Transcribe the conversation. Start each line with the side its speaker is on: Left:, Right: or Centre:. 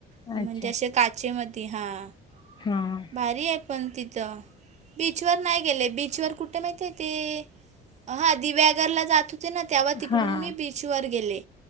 Right: म्हणजे
Left: अच्छा.
Right: अशे काचेमध्ये हां.
Left: हां,
Right: भारी एप. पण तिथं बीचवर नाही गेले बीचवर कुठ माहिती आहे ते. हा दिव्याघरला जात होते ना तेव्हा तिकडून
Left: हां,
Right: मी बीचवर गेले.